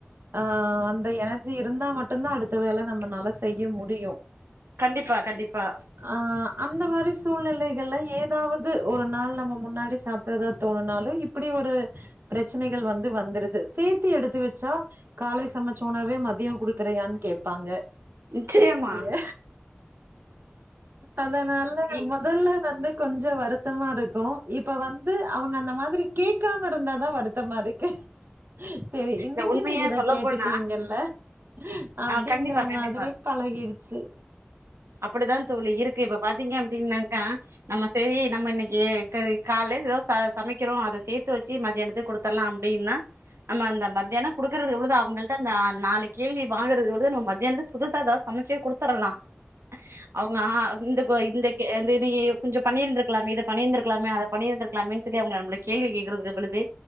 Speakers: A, on the right; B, on the right.
A: ஆ அந்த எனர்ஜி இருந்தாமட்டுதா அடுத்த வேல நம்ம நால செய்ய முடியு
B: கண்டிப்பா கண்டிப்பா
A: ஆ அந்தமாரி சூழ்நிலைகள்ல ஏதாவது ஒரு நாள் நம்ம முன்னாடி சாப்ட்றதா துங்கனாலு இப்டி ஒரு ப்ரச்சனைகள் வந்து வந்துருது சேத்தி எடுத்து வெச் சா காலை சமச்ச உணவே மதியோ குடுக்கறியான் கோப்பாங்க
B: நிச்சயமா
A: ஏ அதனால
B: இ
A: மொதல்ல வந்து கொஞ்சோ வருத் தமா இருக்கு இப்ப வந்து அவுங்க அந்த மாதிரி கேக்காம இருந்தாதா வருத்தமா இருக்கு சேரி இன்னிக்கி
B: இந்த உண்மைய
A: நீங்க இத
B: சொல்ல
A: கேட்டுடீங்கல்ல
B: போனா
A: அப்டிங்கற
B: ஆ கண்டிப்பா கண்டிப்பா
A: மாதிரி பழகிருச்சு
B: அப்டிதா தோழி இருக்கு இப்ப பாத்தீங்க அப்டினாக்கா நம்ம சேரி நம்ம இன்னிக்கி க கால்லே எதோ ச சமைக்கிறோ அத சேத்து வெச்சு மத்தியானத்துக்கு குடுத் இதலா அப்டின்னா நம்ம அந்த மத்தியானோ குடுக்கறது எப்டிதா அவுங்கள்ட அந்த நாலு கேள்வி வாழறதுவுட நம்ம மத்தியானத்துக் புதுசா எதா சமச்சே குடுத்தறலா அவுங்க ஆ இந்த போய் இந்த அந்த இது நீங்க கொஞ்சோ பண்ணிருந்திருக்கலாமே இத பண்ணிருந்திருக்கலாமே அத பண்ணிருந்திருக்லாமேன் சொல்லி அவுங்கள நம்மள கேள்வி கேக்கறதுகு பொழுது